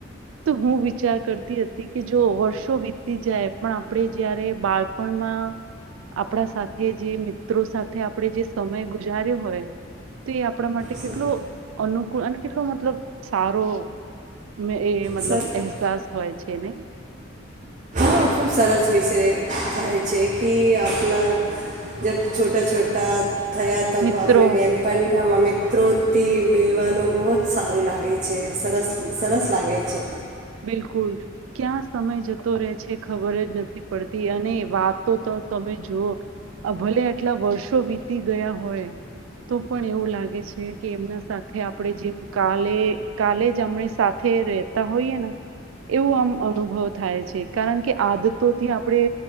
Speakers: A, on the right; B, on the right.
A: તો હું વિચાર કરતી હતી કે જો વર્ષો વીતી જાય પણ આપણે જયારે બાળપણમાં આપણા સાથે જે મિત્રો સાથે આપણે જે સમય ગુજાર્યો હોય, તે આપણા માટે
B: સ-
A: કેટલો અનુકૂળ અને કેટલો મતલબ સારો મેં એ મતલબ
B: સ-
A: અહેસાસ હોય છે નહીં?
B: તો ખૂબ સરસ વિષય થાય છે કે આપલા જબ છોટા-છોટા થયા તબ
A: મિત્રો
B: આપને બેનપન આમાં મિત્રોથી મિલવાનું બહોત સારું લાગે છે. સરસ-સરસ લાગે છે.
A: બિલકુલ. ક્યાં સમય જતો રહે છે ખબર જ નથી પડતી. અને વાતો તો તમે જુઓ, અહ ભલે આટલા વર્ષો વીતી ગયા હોય, તો પણ એવું લાગે છે કે એમના સાથે આપણે જેમ કાલે-કાલે જ અમે સાથે રહેતા હોઈએ ના એવું આમ અનુભવ થાય છે. કારણ કે આદતોથી આપણે